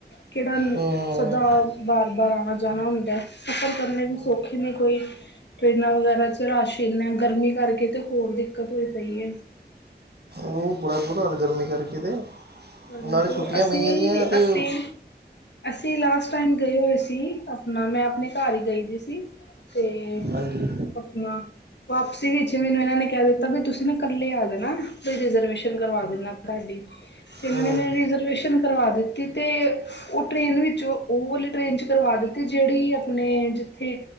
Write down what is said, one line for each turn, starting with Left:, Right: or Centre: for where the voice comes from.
Left: ਕਿਹੜਾ
Right: ਹੂੰ
Left: ਸਧਾਰ ਬਾਰ-ਬਾਰ ਆਣਾ ਜਾਣਾ ਹੁੰਦਾ, ਸਫ਼ਰ ਕਰਨੇ ਵੀ ਸੌਖੇ ਨਹੀਂ ਕੋਈ ਟਰੇਨਾਂ ਵਗੈਰਾ ਰਸ਼ ਇਨਾ ਗਰਮੀ ਕਰਕੇ ਤੇ ਹੋਰ ਦਿੱਕਤ ਹੋ ਪਈ ਹੈ।
Right: ਉਹ ਬੜਾ ਬੁਰਾ ਹਾਲ ਗਰਮੀ ਕਰਕੇ ਤੇ,
Left: ਅ
Right: ਨਾਲੇ
Left: ਹੋਰ
Right: ਛੁੱਟੀਆਂ
Left: ਅਸੀਂ-ਅਸੀਂ-ਅਸੀਂ
Right: ਪਈਆਂ ਦੀਆਂ ਤੇ
Left: ਲਾਸਟ, ਉਸ ਟਾਈਮ ਗਏ ਹੋਏ ਸੀ, ਆਪਣਾ ਮੈਂ ਆਪਣੇ ਘਰ ਹੀ ਗਈ ਦੀ ਸੀ। ਅਤੇ
Right: ਹਾਂਜੀ
Left: ਆਪਣਾ, ਵਾਪਸੀ ਵਿੱਚ ਮੈਨੂੰ ਇਹਨਾਂ ਨੇ ਕਹਿ ਦਿੱਤਾ, ਵੀ ਤੁਸੀਂ ਨਾ ਕੱਲੇ ਆ ਜਾਣਾ ਰਿਜਰਵੇਸ਼ਨ ਕਰਵਾ ਦੇਣਾ। ਸਾਡੀ, ਤੇ ਉਹਨਾਂ
Right: ਹੂੰ
Left: ਨੇ ਮੇਰੀ ਰਿਜ਼ਰਵੇਸ਼ਨ ਕਰਵਾ ਦਿੱਤੀ, ਤੇ ਉਹ ਟ੍ਰੇਨ ਵਿੱਚ ਉਹ ਵਾਲੀ ਟ੍ਰੇਨ ਚ ਕਰਵਾ ਦਿੱ ਤੇ ਜਿਹੜੀ ਆਪਣੇ ਜਿੱਥੇ